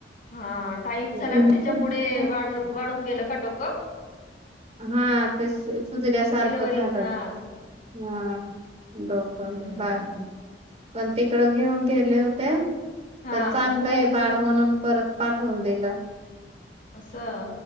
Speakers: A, on the left (about 55°); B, on the right (about 40°).
A: हां. टाईम
B: <unintelligible>
A: झाला ना त्याच्यामुळे वाढलू वाढून गेलं का डोकं?
B: हा ते सु सुजल्यासारखं
A: डिलिव्हरी
B: झालंल.
A: हां.
B: हा डॉक्टर
A: हं.
B: डी बास दिल पण तिकडं घेऊन गेले होते.
A: हां.
B: तर चांगलंय बाळ म्हणून परत पाठवून दिलं.
A: असं